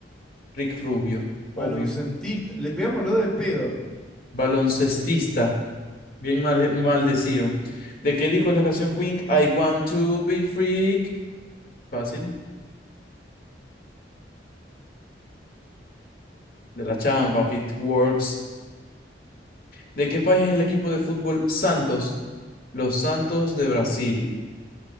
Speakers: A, on the left; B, in the centre.
A: Rick Rubio,
B: Baloncentista.
A: obvio.
B: Le pegamos lo de pedo.
A: Baloncestista, bien mal, maldecido. ¿De qué dijo la canción Queen? I want to be free. Fácil. de la Champa, Works. ¿De qué país es el equipo de fútbol Santos? Los Santos de Brasil.